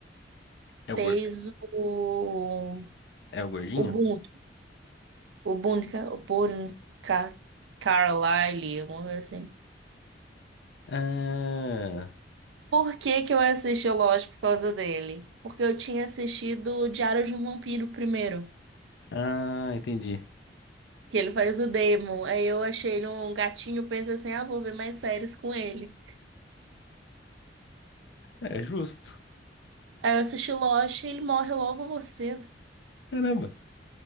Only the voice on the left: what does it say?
É
o, gor-
é o gordinho?
Ah,
ah, entendi.
É justo.
Caramba.